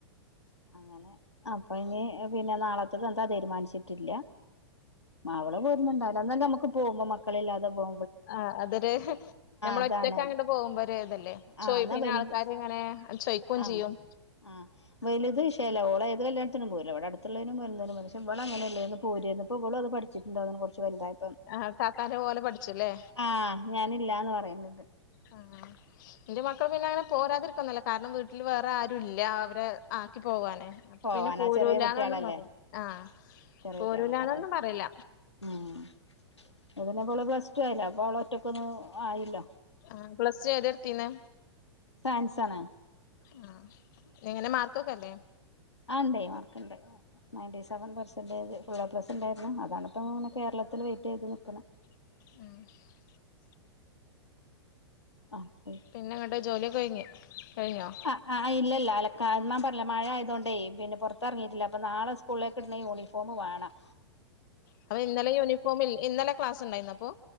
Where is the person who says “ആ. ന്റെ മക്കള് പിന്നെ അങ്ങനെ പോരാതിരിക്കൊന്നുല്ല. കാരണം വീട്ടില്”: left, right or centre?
Left